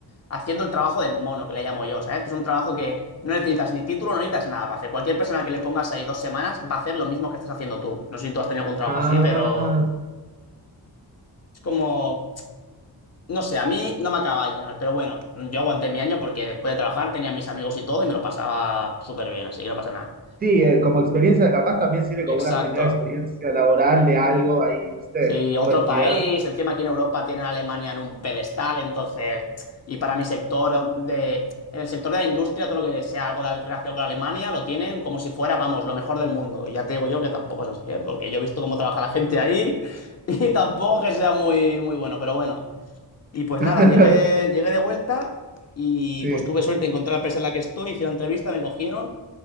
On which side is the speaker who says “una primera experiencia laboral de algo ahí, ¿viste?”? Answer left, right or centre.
Right